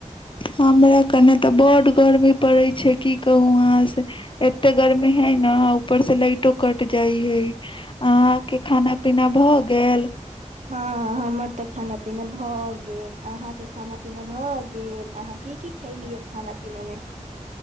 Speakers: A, on the left; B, on the right.
A: हमरा कने तऽ बड गर्मी पड़ै छै की कहू वहाँ से एते गर्मी है न सिलइटो कट जाइ है अहाँ के खाना पीना भऽ गेल
B: हँ हमर तऽ खाना पीना भऽ गेल अहाँके क ा पीना भऽ गेल अहाँ की की खैलियै खाना पीना मे